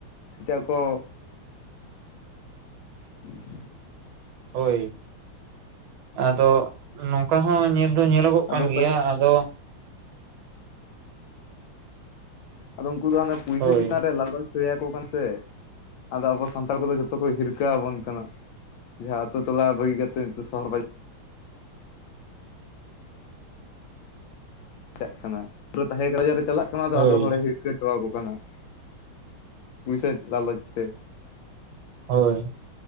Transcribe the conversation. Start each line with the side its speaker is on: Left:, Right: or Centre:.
Left: ᱮᱴᱟᱜ ᱠᱚ <inaudible>
Right: ᱦᱳᱭ, ᱟᱫᱚ ᱱᱚᱝᱠᱟ ᱦᱚᱸ ᱧᱮᱞ ᱫᱚ ᱧᱮᱞᱚᱜᱚᱜ
Left: ᱟᱫᱚ
Right: ᱠᱟᱱ
Left: ᱚᱱᱠᱟ
Right: ᱜᱮᱭᱟ ᱟᱫᱚ
Left: ᱟᱫᱚ ᱩᱱᱠᱩ ᱫᱚ ᱦᱟᱱᱮ ᱯᱩᱭᱥᱟ
Right: ᱦᱳᱭ
Left: ᱪᱮᱛᱟᱱ ᱨᱮ ᱞᱟᱞᱚᱪ ᱥᱟᱹᱭ ᱟᱠᱚ ᱠᱟᱱ ᱥᱮ, ᱟᱫᱚ ᱟᱵᱚ ᱥᱟᱱᱛᱟᱲ ᱠᱚᱫᱚ ᱡᱷᱚᱛᱚ ᱠᱚ ᱦᱤᱨᱠᱟᱹ ᱟᱵᱚᱱ ᱠᱟᱱᱟ᱾ ᱡᱟᱦᱟᱸ ᱟᱛᱳ ᱴᱚᱞᱟ ᱵᱟᱹᱜᱤ ᱠᱟᱛᱮ ᱥᱚᱦᱚᱨ ᱵᱟᱡᱟᱨ ᱪᱟᱜ ᱠᱟᱱᱟ <inaudible> ᱨᱮ ᱪᱟᱞᱟᱜ ᱠᱟᱱᱟ ᱟᱫᱚ
Right: ᱦᱳᱭ
Left: ᱟᱛᱳ ᱦᱚᱲᱮ ᱦᱤ <unintelligible> ᱯᱩᱭᱥᱟᱹ ᱞᱟᱞᱚᱪ ᱛᱮ᱾
Right: ᱦᱳᱭ᱾